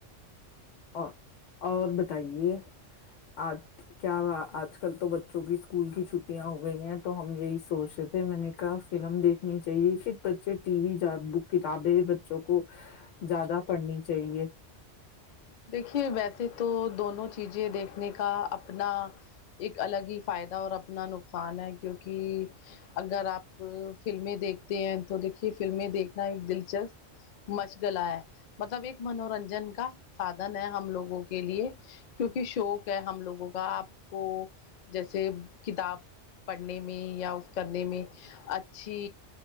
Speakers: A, on the left; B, on the left.
A: اور اور بتائیے آج کیا آج کل تو بچوں کی اسکول کی چھٹیاں ہو گئی ہیں تو ہم یہی سوچ رہے تھے میں نے کہا فلم دیکھنی چاہیے کہ بچے ٹی وی بک کتابیں بچوں کو زیادہ پڑھنی چاہے
B: دیکھیے ویسے تو دونوں چیزیں دیکھنے کا اپنا ایک الگ ہی فائدہ اور اپنا نقصان ہے کیوںکہ اگر آپ فلمیں دیکھتے ہیں تو دیکھیے فلمیں دیکھنا ایک دلچسپ مشغلہ ہے مطلب ایک منورنجن کا سادن ہے ہم لوگوں کے لیے کیونکہ شوق ہے ہم لوگوں کا آپ کو جیسے کتاب پڑھنے میں یا اس کرنے میں اچھی